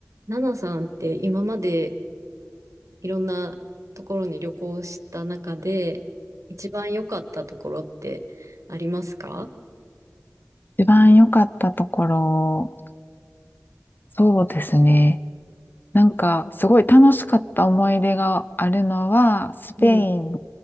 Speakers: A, on the right (about 75°); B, on the left (about 40°).
A: ナナさんって今までいろんなところに旅行した中で一番良かったところってありますか
B: 一番良かったところ、そうですね。なんか、すごい楽しかった思い出があるのは、スペイン
A: うん。